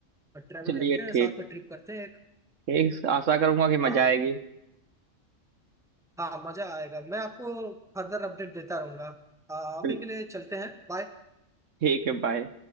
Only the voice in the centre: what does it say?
और ट्रैवल
करते हैं
साथ में ट्रिप करते हैं एक
हाँ
हाँ मजा आएगा मैं आपको फर्दर अपडेट देता रहूंगा आ,
अभी के लिए चलते हैं बाय